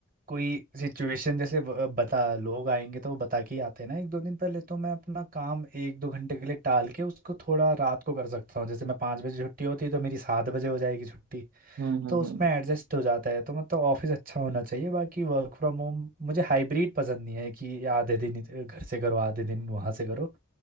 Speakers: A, on the right (about 40°); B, on the right (about 70°).
A: कोई सिचुएशन जैसे व- बता लोग आएंगे तो वो बता के ही आते हैं ना एक दो दिन पहले तो मैं अपना काम एक दो घंटे के लिए टाल के उसको थोड़ा रात को कर सकता हूँ जैसे मैं पाँच बजे छुट्टी होती है तो मेरी सात बजे हो जाएगी छुट्टी
B: हम्म हम्म
A: तो उसमें
B: हम्म।
A: एडजस्ट हो जाता है तो मतलब ऑफिस अच्छा होना चाहिए बाकी वर्क फ्रॉम होम मुझे हाइब्रिड पसंद नहीं है कि आधे दिन इध- घर से करो आधे दिन वहाँ से करो